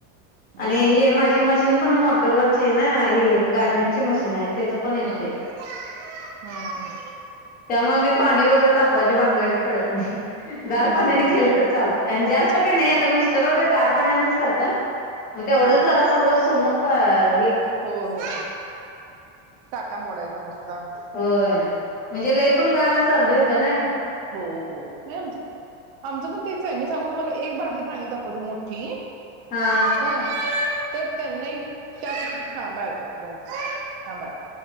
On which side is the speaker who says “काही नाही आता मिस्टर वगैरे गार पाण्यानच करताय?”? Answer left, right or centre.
Left